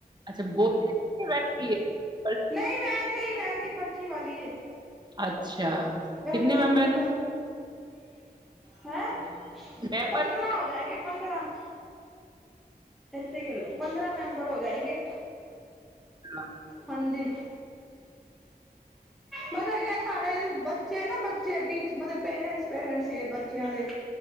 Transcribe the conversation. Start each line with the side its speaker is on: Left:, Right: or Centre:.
Right: ਅੱਛਾ ਬੋ <inaudible>
Centre: ਨਈ ਵੈਸੇ ਈ ਵੈਸੇ ਈ ਪਰਚੀ ਵਾਲੀ ਏ।
Right: ਅੱਛਾ
Centre: ਏਹ
Right: ਕਿਤਨੇ
Centre: ਤੇ ਬ
Right: ਮੈਂਬਰ
Centre: ਤੀ <unintelligible>
Right: ਨੇ
Centre: ਹੈਂ,
Right: ਮੈਂਬਰ
Centre: ਪੰਦਰਾਂ
Right: ਕਿਤਨੇ
Centre: ਹੋ ਜਾਏਗੇ, ਪੰਦਰਾਂ ਇੱਥੇ ਕਿਨੇ, ਪੰਦਰਾਂ ਮੈਂਬਰ ਹੋ ਜਾਏਗੇ
Right: ਹਾਂ <inaudible>
Centre: ਹਾਂਜੀ, ਮਤਲਬ ਇਹ ਹੈ ਸਾਡੇ ਬਾ ਤੇ ਨਾ ਬੱਚੇ ਪੇਰੈਂਟਸ ਪੇਰੈਂਟਸ ਹੀ ਏ ਬੱਚਿਆਂ ਦੇ।